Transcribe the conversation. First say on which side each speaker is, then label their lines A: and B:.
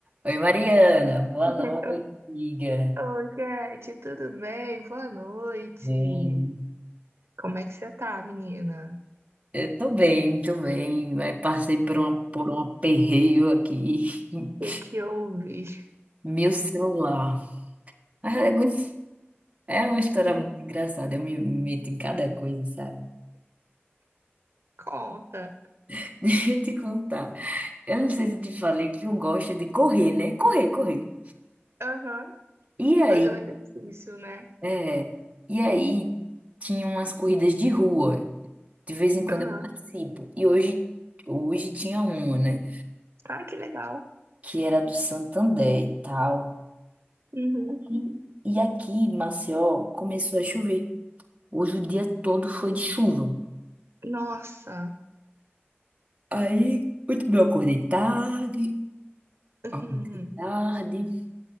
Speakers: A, on the right; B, on the right.
A: Oi, Mariana, boa noite,
B: Oi,
A: amiga.
B: oi, Cat, tudo bem? Boa noite.
A: Bem,
B: Como é que você tá, menina?
A: eu tô bem, tô bem, mas passei por uma, por um aperreio aqui. <laughs>
B: O que que houve? <laughs>
A: Meu celular. Mas É go- é uma história
B: Me
A: muito engraçada, eu me meto em cada coisa, sabe?
B: Conta.
A: <laughs> Deixa eu te contar. Eu não sei se eu te falei que eu gosto de correr, né? Correr, correr.
B: Aham,
A: E aí,
B: fazer um exercício, né?
A: é, e aí tinha umas corridas de rua. De vez em quando
B: Aham.
A: eu participo. E hoje, hoje tinha uma, né?
B: Ai, que legal.
A: que era do Santander e tal.
B: Uhum.
A: E, e aqui, em Maceió, começou a chover. Hoje o dia todo foi de chuva.
B: Nossa.
A: Aí, muito bem, eu acordei tarde,
B: <laughs> Uhum.
A: acordei tarde,